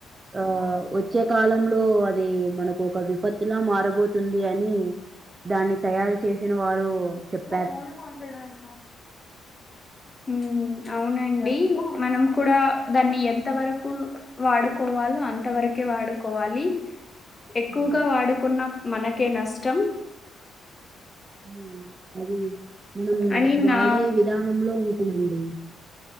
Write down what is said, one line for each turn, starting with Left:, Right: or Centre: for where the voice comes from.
Right: ఆ వచ్చే కాలంలో అది మనకు ఒక విపత్తులా మారబోతుంది బిర్యానీ దాన్ని తయారు చేసిన వారు చెప్
Left: ఫోన్ కఫడైజన్ ఉ అవునండి మనం కూడా దాన్ని ఎంత వరకు వాడుకోవాలో అంతవరకే వాడుకోవాలి ఎక్కువగా
Right: ఉమ్.
Left: వాడకున్న మనకే నష్టం
Right: ఉ అది మనము
Left: అని
Right: వాడే
Left: నా
Right: విధానంలో హుండీ